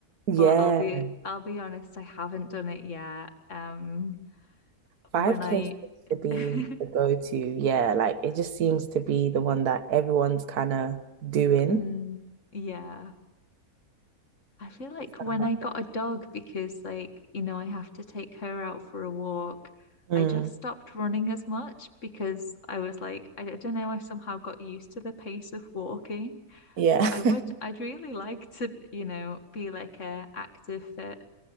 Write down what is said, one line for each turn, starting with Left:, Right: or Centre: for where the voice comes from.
Right: yeah.
Left: But I'll be I'll be honest, I haven't done it yet. Um,
Right: 5K
Left: when I
Right: seems to be
Left: <laughs>
Right: the go-to. Yeah, like it just seems to be the one that everyone's kind of doing.
Left: Mm, yeah. I feel like
Right: It's the
Left: when
Right: hub.
Left: I got a dog, because like, you know, I have to take her out for a walk,
Right: Mm,
Left: I just stopped running as much because I was like, I don't know, I somehow got used to the pace of walking,
Right: yeah.
Left: but I would,
Right: <laughs>
Left: I'd really like to, you know, be like a active fit